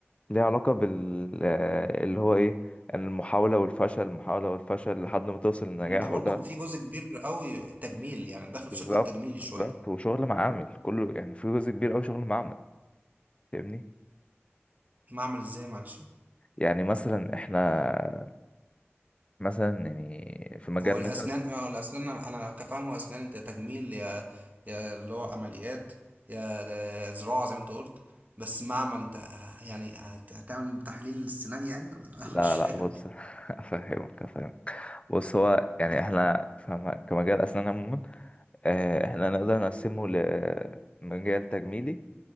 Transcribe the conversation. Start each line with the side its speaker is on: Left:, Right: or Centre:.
Left: ليه علاقة بال آه، اللي هو ايه المحاولة والفشل المحاولة والفشل لحد ما توصل للنجاح
Right: وانت برضو
Left: وده
Right: في جزء كبير قوي تجميل يعني داخل في
Left: بالظبط
Right: شق التجميل
Left: بالظبط
Right: شويه
Left: وشغل معامل كله يعني في جزء كبير اوي شغل معامل فاهمني
Right: معمل ازاي معلش
Left: يعني مثلا احنا مثلا يعني في مجال
Right: هو الاسنان
Left: مثلا
Right: هو الاسنان انا كفاهمه اسنان انت يا تجميل يا يا اللي هو عمليات يا زراعه زي ما انت قلت بس معمل انت ه- يعني هت- هتعمل تحليل السنان يعني ولا
Left: لا
Right: <laughs> مش
Left: لا
Right: فاهم
Left: بص <laughs> افهمك افهمك بص هو يعني احنا فاهم كمجال اسنان عموما آه، احنا نقدر نقسمه لمجال تجميلي